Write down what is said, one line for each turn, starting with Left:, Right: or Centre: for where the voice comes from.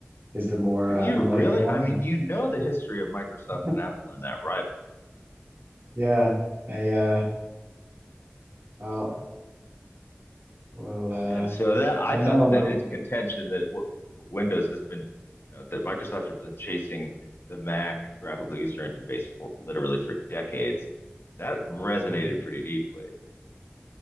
Right: is the more
Left: Do you
Right: uh, enlightened
Left: really?
Right: one.
Left: I mean, you know the history of Microsoft
Right: And
Left: and Apple and that rivalry,
Right: yeah, I uh well well uh
Left: and so that I
Right: I
Left: thought
Right: know a
Left: that
Right: little
Left: its
Right: bit
Left: contention
Right: of it.
Left: that w Windows has been you know, that Microsoft has been chasing the Mac graphical user interface for, literally for decades. That resonated
Right: Hmm.
Left: pretty deeply